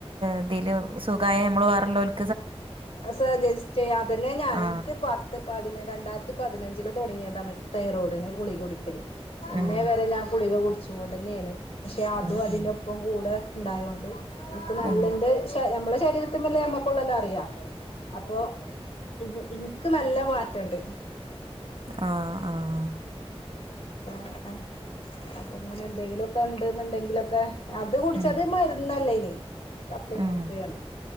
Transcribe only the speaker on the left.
സജസ്റ്റ് ചെയ്യും. അതിനെ ഞാൻ
എനിക്ക് പത്ത് പതിന രണ്ടായിര ത്തി പതിനഞ്ചില് തുടങ്ങിയതാണ് തയറോഡിനെ ഗുളിക കുടിക്കല്. പിന്നെ
വറെല്ലാ കുളിക കൊടു ചൂടന്നെയാണ്. പക്ഷെ അതും
അതിന്റൊപ്പം
കൂടെ ഉണ്ടായകൊണ്ട് നമുക്ക് നല്ലന്റെ
ശ നമ്മള് ശരീരത്തുമില്ലേ നമ്മക്കുള്ളല്ലം അറിയാം അപ്പൊ <unintelligible> എനിക്ക് നല്ല മാറ്റുണ്ട്
<unintelligible> അങ്ങനെ എന്തെങ്കിലുംക്കെ ഉണ്ടെന്നുണ്ടെങ്കിലൊക്കെ അത് കുടിച്ചത്
മരുന്നല്ലേനി <unintelligible> ആണ്